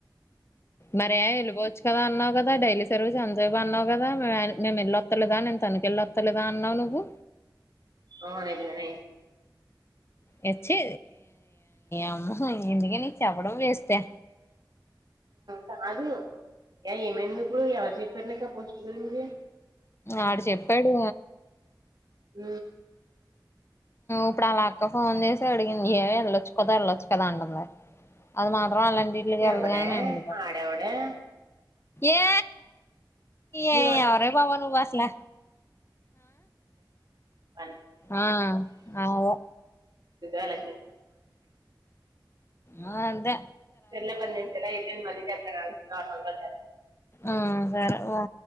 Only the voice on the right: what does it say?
అన నిజమే నీ
కా ది యా ఏమైంది ఇప్పుడు ఎవ చెప్ప చెప్పారు నీకు ఆ పోస్ట్ గురించి
ఊ
ఎవడే
ఆడెవడే
మీ
అంటక
ఇలకి
తెల్ల బందే తెల్లగా చెత్త నెన్ మళ్ళీ చేత్తను ఆగు చ మంగల్ జాత్ర